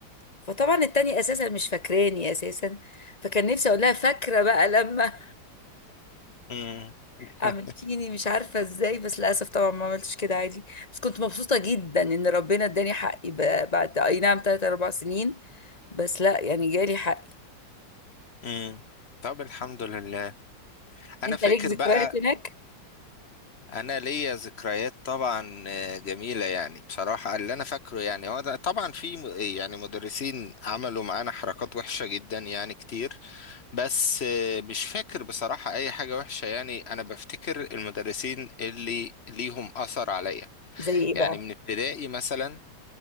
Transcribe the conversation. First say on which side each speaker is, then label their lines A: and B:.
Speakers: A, on the left (about 20°); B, on the left (about 40°).
A: فطبعا التانية اساسا مش فاكراني اساسا فكان نفسي اقول لها فاكرة بقى لما
B: امم <laughs>
A: عملتيني مش عارفة ازاي بس للأسف طبعا ما عملتش كده عادي بس كنت مبسوطة جدا ان ربنا اداني حقي ب- بعد اي نعم تلات اربع سنين بس لا يعني جالي حقي
B: امم طب الحمد لله انا
A: انت
B: فاكر
A: ليك ذكريات
B: بقى
A: هناك
B: انا ليا ذكريات طبعا آه، جميله يعني بصراحه اللي انا فاكره يعني هو ده طبعا في م- إيه يعني مدرسين عملوا معانا حركات وحشه جدا يعني كتير بس آه، مش فاكر بصراحه اي حاجه وحشه يعني انا بفتكر المدرسين اللي ليهم اثر عليا
A: زي ايه
B: يعني
A: بقى
B: من ابتدائي مثلا